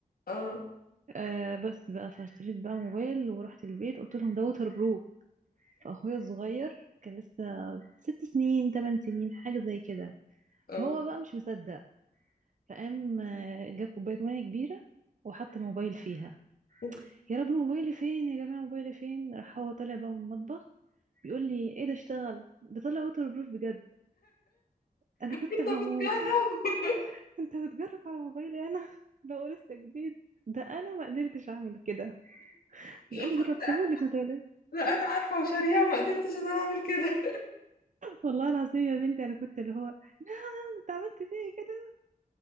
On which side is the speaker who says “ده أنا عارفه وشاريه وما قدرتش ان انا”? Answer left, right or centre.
Left